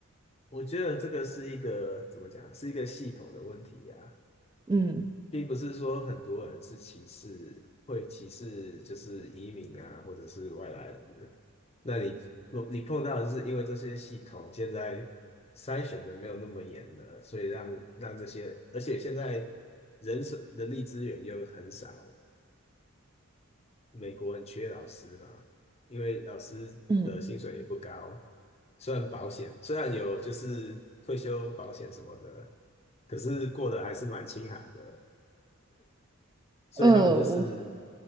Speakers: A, on the left; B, on the right.
A: 我觉得这个是一个怎么讲，是一个系统的问题呀、
B: 嗯
A: 并不是说很多人是歧视，会歧视就是移民啊，或者是外来人。那你你碰到的是因为这些系统现在筛选的没有那么严了，所以让让这些，而且现在人手人力资源又很少，美国很缺老师嘛，因为老师的薪水也不高，
B: 嗯，
A: 虽然保险虽然有就是退休保险什么的，可是过得还是蛮清寒的，所以他们就是
B: 呃，我